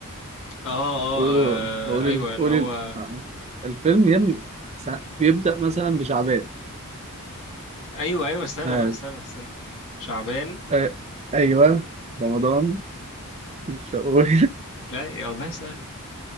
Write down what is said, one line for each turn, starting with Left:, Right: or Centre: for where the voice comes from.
Left: اه اه
Right: قولوا قولي
Left: آه، ايوه
Right: ال-
Left: اللي
Right: قولي
Left: هو
Right: ال- آه. الفيلم يا ابني سا- بيبدأ مثلا بشعبان
Left: ايوه ايوه استنى
Right: آه.
Left: بقى استنى استنى شعبان
Right: آه. ايوه رمضان شوال
Left: لا يا والله سهلة